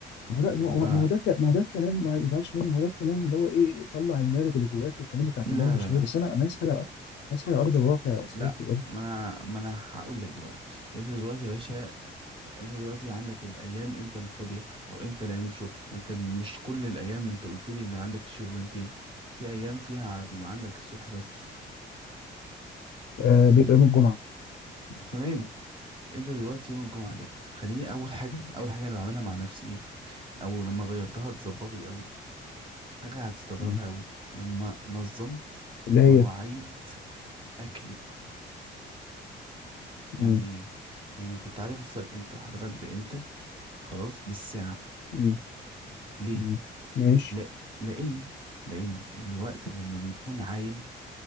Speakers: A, on the left; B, on the right.
A: ما هو ده ما
B: ب...
A: هو ما هو ده ك- ما هو ده الكلام ما تزعلش منه ما هو ده الكلام اللي هو ايه طلع المارد اللي جواك والكلام بتاع تمام
B: لا
A: مش
B: لا
A: هي
B: لا
A: بس انا انا عايز حاجه على- عايز حاجه على ارض الواقع يا صديقي
B: لا
A: برضه
B: ما انا ما انا هقول لك دلوقتي انت دلوقتي يا باشا انت دلوقتي عندك الايام امتى اللي فاضيه او امتى اللي ايام الشغل انت ال- مش كل الايام انت قلت لي اللي عندك الشغلانتين في ايام فيها بيبقى عندك الصبح بس
A: آه بيبقى يوم الجمعه
B: تمام انت دلوقتي يوم الجمعه ده خليني اول حاجه اول حاجه انا بعملها مع نفسي ايه او لما غيرتها اتظبطت قوي حاجه هتستغربها
A: مم.
B: قوي لما نظمت
A: اللي هي
B: مواعيد اكلي يعني
A: مم.
B: ايه يعني كنت عارف افطر امتى وهتغدى امتى خلاص بالساعه
A: مم.
B: ليه
A: مم. ماشي
B: لا لان لان الوقت لما بيكون عايم